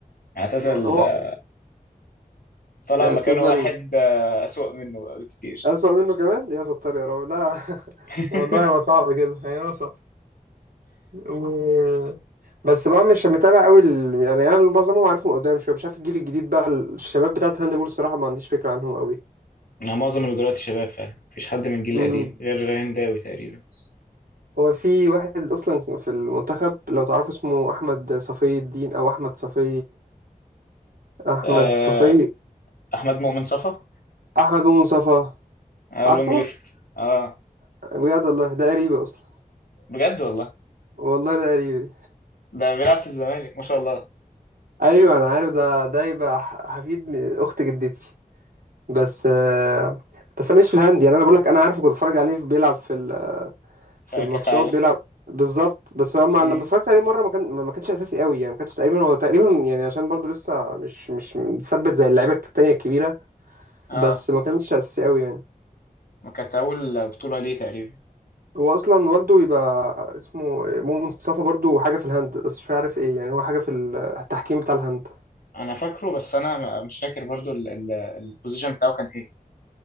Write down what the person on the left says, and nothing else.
اعتزل
آه، طلع
مكانه واحد آه، اسوأ منه بقى بكتير
<laughs>
أنا معظم اللي دلوقتي شباب فعلا مفيش حد من الجيل
القديم غير هنداوي تقريبا بس
آه،
أحمد مؤمن صفا
آه،
الوينج ليفت اه
بجد والله
ده بيلعب في الزمالك ما شاء الله
في
كأس عالم
مم.
اه
ما كانت أول بطولة ليه تقريبا
أنا فاكره بس أنا مش فاكر برضو ال- ال- البوزيشن بتاعه كان إيه